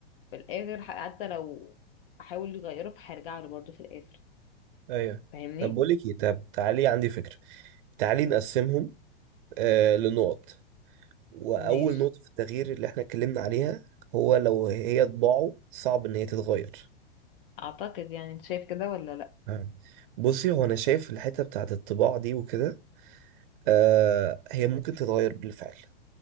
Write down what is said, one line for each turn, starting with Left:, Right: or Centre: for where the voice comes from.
Left: في الآخر ح- حتى لو أحاول يغيره فهيرجع له برضه في الآخر
Right: ايوه
Left: فاهمني؟
Right: طب بقول لك ايه طب تعالي عندي فكرة تعالي نقسمهم آه لنقط وأول
Left: ماشي
Right: نقطة في التغيير اللي احنا اتكلمنا عليها هو لو هي طباعه صعب إن هي تتغير
Left: أعتقد يعني أنت شايف كده ولا لأ؟
Right: آه. بصي هو أنا شايف الحتة بتاعت الطباع دي وكده آه هي ممكن تتغير بالفعل